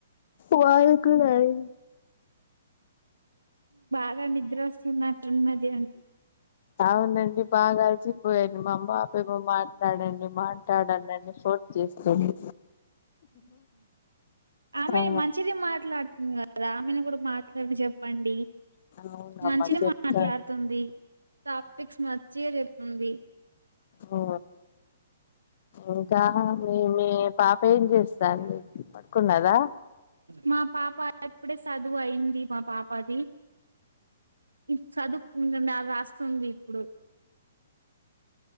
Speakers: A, on the left; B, on the right.
A: మాది కూడ అయ్
B: అదె నిద్ర వస్తున్నట్టు ఉన్నది
A: అవునండి బాగా అలసిపోయాను మా అమ్మపేమో మాట్లాడండి మాట్లాడండని ఫోన్ చేస్తుంది
B: ఆమె
A: ఆ
B: మంచిది మాట్లాడుతుంది కదా ఆమెను కూడా మాట్లాడి చెప్ పండి
A: అవునమ్మా
B: మంచినే
A: చెప్తా
B: మాట్లాడుతుంది టాపిక్స్ మంచిగా చెప్తుంది
A: ఓ ఇంకా మీ మీ పాప ఏం చేస్తాంది పడుకున్నదా
B: మా పాప అప్పుడే సదువు అయింది మా పాపది ఇప్ సదువుకుంటాండ రాస్తుంది ఇప్పుడు